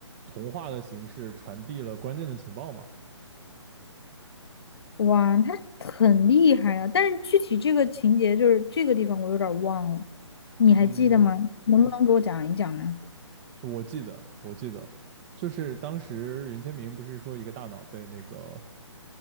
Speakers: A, on the right; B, on the left.
A: 童话的形式传递了关键的情报嘛。
B: 哇，他很厉害啊！但是具体这个情节就是这个地方我有点儿忘了，你还记得吗？
A: 嗯，
B: 能不能给我讲一讲呢？
A: 我记得，我记得，就是当时云天明不是说一个大脑被那个